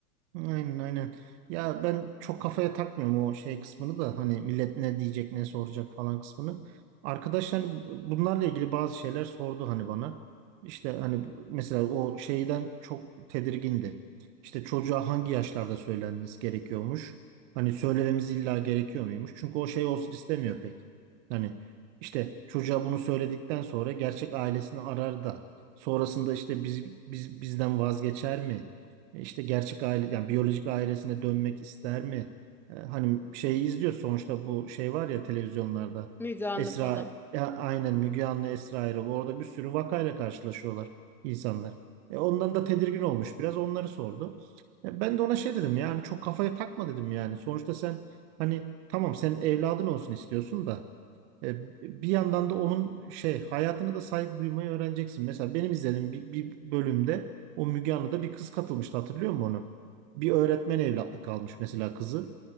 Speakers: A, on the right; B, in the centre.
A: Aynen aynen. Ya ben çok kafaya takmıyorum o şey kısmını da hani millet ne diyecek ne soracak falan kısmını. Arkadaşlar bunlarla ilgili bazı şeyler sordu hani bana. İşte hani mesela o şeyden çok tedirgindi. İşte çocuğa hangi yaşlarda söylenmesi gerekiyormuş? Hani söylememiz illa gerekiyor muymuş? Çünkü o şey olsun istemiyor pek. Hani işte çocuğa bunu söyledikten sonra gerçek ailesini arar da sonrasında işte biz, biz bizden vazgeçer mi? E, İşte gerçek aile, yani biyolojik ailesine dönmek ister mi? E, Hani şeyi izliyoruz sonuçta bu şey var ya televizyonlarda.
B: Müge Anlı
A: Esra,
B: falan.
A: e, aynen Müge Anlı, Esra Erol. Orada bir sürü vakayla karşılaşıyorlar insanlar. E, ondan da tedirgin olmuş biraz onları sordu. E, ben de ona şey dedim yani çok kafaya takma dedim yani. Sonuçta sen hani tamam sen evladın olsun istiyorsun da. E, bir yandan da onun şey hayatına da saygı duymayı öğreneceksin. Mesela benim izlediğim bir, bir bölümde o Müge Anlı'da bir kız katılmıştı hatırlıyor musun onu? Bir öğretmen evlatlık almış mesela kızı.